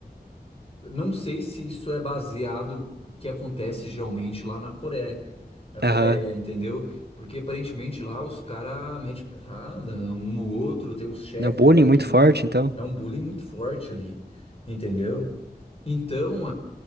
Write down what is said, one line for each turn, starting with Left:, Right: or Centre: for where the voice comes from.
Left: não sei se isso é baseado o que acontece geralmente lá na Coreia, na Coreia,
Right: Aham.
Left: entendeu? Porque aparentemente lá os caras metem porrada um no outro, tem uns chefes
Right: Na bullying
Left: lá
Right: muito
Left: que manda.
Right: forte, então.
Left: É um bullying muito forte ali, entendeu? Então,